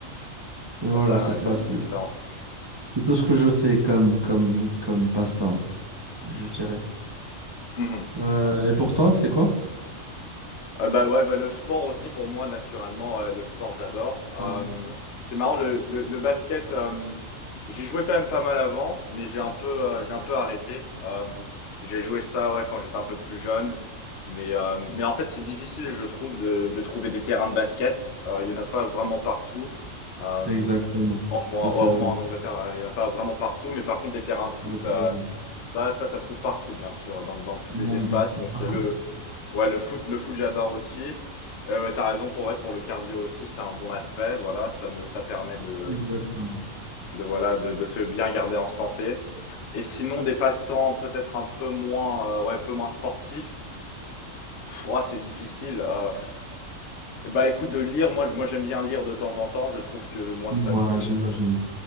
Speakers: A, on the right (about 25°); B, on the left (about 65°).
A: Mais voilà,
B: T'as
A: c'est
B: tu ouais,
A: ça,
B: tu une
A: c'est
B: différence.
A: c'est tout ce que je fais comme, comme, comme passe-temps, je dirais.
B: Mmh
A: Euh, et pour toi, c'est quoi?
B: Euh, bah ouais, bah le sport aussi pour moi naturellement, euh, le sport j'adore. Euh,
A: Ouais.
B: c'est marrant le, le, le basket, euh, j'y jouais quand même pas mal avant, mais j'ai un peu euh, j'ai un peu arrêté. Euh, j'ai joué ça ouais quand j'étais un peu plus jeune, mais euh, mais en fait c'est difficile je trouve de, de trouver des terrains de basket. Euh, il y en a pas vraiment partout. Euh,
A: Exactement.
B: en moins
A: Ça, c'est
B: ouais, au
A: le,
B: moins en Angleterre ouais, il y en a pas vraiment partout, mais par contre des terrains de foot
A: le
B: euh,
A: problème.
B: ça ça ça se trouve partout bien sûr dans dans tous les
A: Ouais,
B: espaces
A: bien sûr.
B: donc
A: <laughs>
B: le Ouais, le foot, le foot, j'adore aussi. Euh, ouais, t'as raison pour ouais, pour le cardio aussi, c'est un bon aspect. Voilà, ça me ça permet de
A: Exactement.
B: de voilà de, de se bien garder en santé. Et sinon des passe-temps peut-être un peu moins euh, ouais un peu moins sportifs. Pff, ouah, c'est difficile. Euh, bah écoute de lire, moi je- moi j'aime bien lire de temps en temps. Je trouve que moi
A: Moi,
B: ça me
A: j'imagine.